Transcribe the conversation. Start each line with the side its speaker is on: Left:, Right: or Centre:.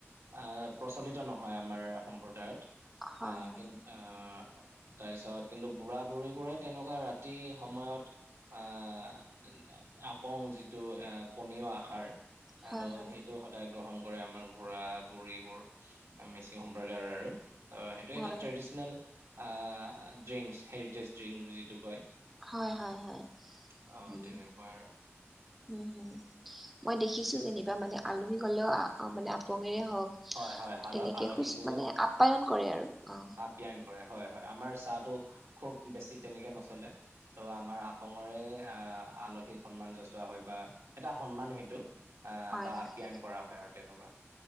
Right: আহ প্ৰচলিত নহয় আমাৰ সম্প্ৰদায়ত।
Centre: হয়
Right: আহ
Centre: হয়
Right: কিন্ত আহ তাৰপিছত- কিন্তু বুঢ়া-বুঢ়ী বোৰে তেনেকুৱা ৰাতি সময়ত আহ- আপং যিটো এ পনীয় আহাৰ
Centre: হয়
Right: ত'
Centre: হয়
Right: সেইটো- সদায় গ্ৰহণ কৰে আমাৰ বুঢ়া-বুঢ়ীবোৰ মিচিং সম্প্ৰদায়ৰ আৰু। ত' সেইটোয়ে
Centre: হয়
Right: এটা traditional ah drink heritage drink যিটো কয়।
Centre: হয় হয় হয়।
Right: অ
Centre: উম,
Right: তেনেকুৱা আৰু
Centre: হম। মই দেখিছো যেনিবা মানে আলহী গ'লেও- আহ মানে আপঙেৰে হওঁক
Right: হয় হয় আল
Centre: তেনেকে
Right: আলহীকো
Centre: হোচ মানে আপ্যায়ন কৰে আৰু অঁ।
Right: ব্যয়ায়ন কৰে হয় হয়। আমাৰ চাহটো খুব বেছি তেনেকে নচলে। ত' আমাৰ আপঙৰে আহ আলহীক সন্মান যচোৱা হয় বা- এটা সন্মান সেইটো আহ
Centre: হয়
Right: বা
Centre: হয়
Right: আপ্যায়ন কৰা হয় আৰু তেনেকুৱা।